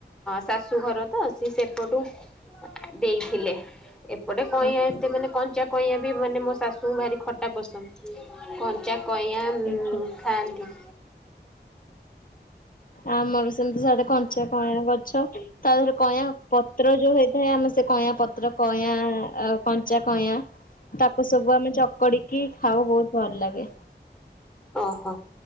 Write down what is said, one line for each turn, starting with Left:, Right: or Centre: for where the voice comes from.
Centre: ଶାଶୁଘର ତ ସେ ସେପଟୁ ଦେଇଥିଲେ, ଏପଟେ କଇଁୟା
Left: ଆଚ୍ଛା
Centre: ଏତେ ମାନେ କଞ୍ଚା କଇଁୟା। <inaudible> ମାନେ ମୋ ଶାଶୁଙ୍କୁ ଭାରି ଖଟା ପସନ୍ଦ କଞ୍ଚା କଇଁୟା
Left: ଆଚ୍ଛା।
Centre: ଖାଆନ୍ତି।
Left: ଆମର ବି ସେମିତି ସେଆଡେ କଞ୍ଚା କଇଁୟା ଗଛ, ତା ଦେହରେ କଇଁଁୟା ପତ୍ର ଯୋଉ ହେଇଥାଏ ଆମେ ସେ କଇଁୟା ପତ୍ର କଇଁୟା କନ୍ କଞ୍ଚା କଇଁୟା, ତାକୁ ସବୁ ଆମେ ଚକଡିକି ଖାଉ ବହୁତ ଭଲ ଲାଗେ।
Centre: ଓହୋଃ।